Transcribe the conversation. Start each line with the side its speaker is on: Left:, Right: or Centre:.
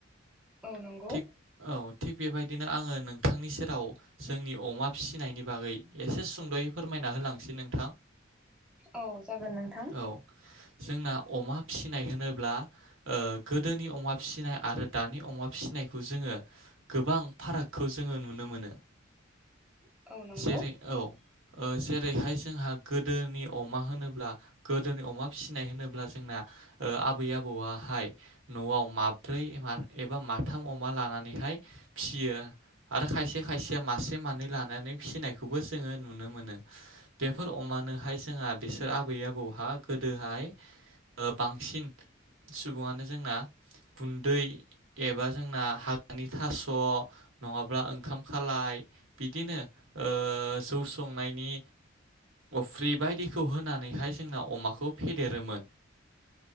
Centre: औ नंगौ
Right: थिग औ थिग बेबायदिनो आङो नों नोंथांनि सेराव जोंनि अमा फिसिनायनि बागै एसे सुंद'यै फोरमायना होलांसै नों
Centre: औ जागोन नोंथां
Right: औ जोंना अमा फिसिनाय होनोब्ला गोदोनि अमा फिसिनाय आरो दानि अमा फिसिनाय जोङो गोबां फाराग जोङो नुनो मोनो
Centre: औ नंगौ
Right: जेरै औ ओ जेरैहाय जोंहा गोदोनि अमा होनोब्ला गोदोनि अमा फिसिनाय होनोब्ला जोंना ओ आबै आबौाहाय न'आव माब्रै एबा माथाम अमा लानानैहाय ओमफ्राय फियो आरो खायसे खायसेया मासे मानै लानानै फिसिनायखौबो जोङो नुनो मोनो बेफोर अमानोहाय जोंहा बिसोर आबै आबौहा गोदोहाय ओ बांसिन सुबुङानो जोंना गुन्दै एबा जोंना हाग्रानि थास' नङाब्ला ओंखाम खालाय बिदिनो ओ जौ संनायनि अफ्रि बायदिखौ होनानैहाय जोंना अमाखौ फेदेरोमोन